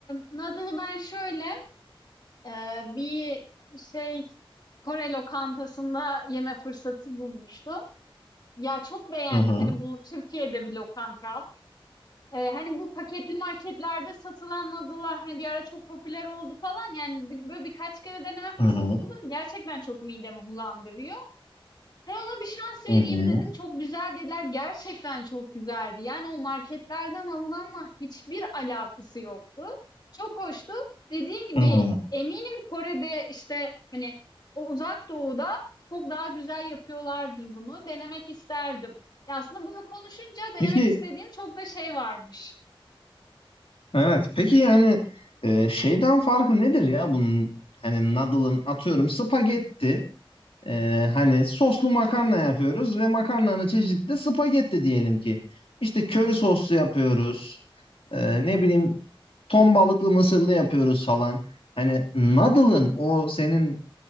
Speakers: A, on the left; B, on the left.
A: noodle'ı ben şöyle e, bir şey Kore lokantasında yeme fırsatı bulmuştum. Ya çok beğendim.
B: Hı hı,
A: Hani bu Türkiye'de bir lokanta. E, hani bu paketli marketlerde satılan noodle'lar hani bir ara çok popüler oldu falan. Yani bir- böyle birkaç kere deneme fırsatı
B: hı hı,
A: buldum. Gerçekten çok midemi bulandırıyor. Ben ona bir şans vereyim
B: hı hı,
A: dedim. Çok güzel dediler. Gerçekten çok güzeldi. Yani o marketlerden alınanla hiçbir alakası yoktu. Çok hoştu. Dediğin gibi
B: hı hı.
A: eminim Kore'de işte hani o uzak doğuda çok daha güzel yapıyorlardır bunu. Denemek isterdim. Ya aslında bunu konuşunca denemek
B: Peki,
A: istediğim çok da şey varmış.
B: evet. Peki yani e, şeyden farkı nedir ya bunun? Hani noodle'ın atıyorum spagetti. e, hani soslu makarna yapıyoruz ve makarnanın çeşidi de spagetti diyelim ki. İşte köri soslu yapıyoruz. E, ne bileyim ton balıklı mısırlı yapıyoruz falan. Hani noodle'ın o senin